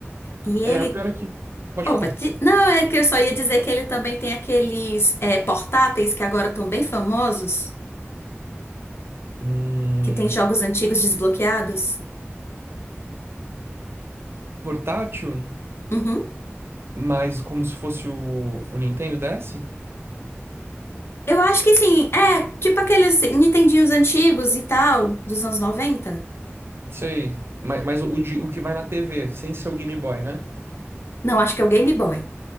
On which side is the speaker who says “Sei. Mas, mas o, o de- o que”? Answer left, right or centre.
Right